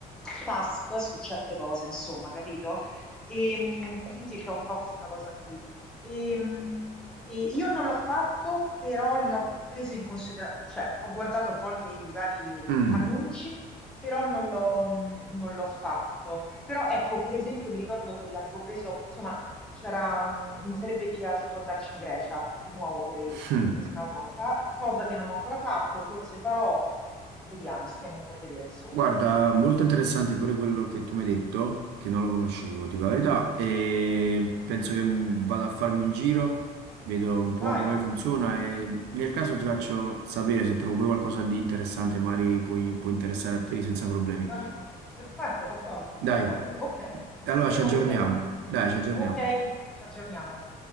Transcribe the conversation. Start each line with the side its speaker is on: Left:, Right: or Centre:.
Centre: task su certe cose, insomma, capito? E, mh, quindi c'è un po' questa cosa qui. E, mh, e io non l'ho fatto, però l'ho preso in considerazione, cioè ho guardato a volte i vari mh,
Right: Mm.
Centre: annunci, però non l'ho mh, non l'ho fatto. Però ecco, per esempio, mi ricordo che l'avevo preso, insomma, c'era, mh, mi sarebbe piaciuto andarci in Grecia di nuovo per,
Right: <laughs>
Centre: per l'ennesima volta, cosa che non ho ancora fatto, forse farò, vediamo, stiamo un po' a vedere, insomma.
Right: Guarda, molto interessante pure quello che tu mi hai detto, che non lo conoscevo, dico la verità, e penso che mm, vado a farmi un giro, vedo un po'
Centre: Dai,
Right: come funziona e nel caso ti faccio sapere se trovo pure qualcosa di interessante, magari puoi- può interessare a te senza problemi.
Centre: dam- perfetto, d'accordo, d'accordo,
Right: Dai,
Centre: ok,
Right: allora
Centre: restiamo
Right: ci aggiorniamo,
Centre: così allora.
Right: dai, ci aggiorniamo.
Centre: Ok, ci aggiorniamo.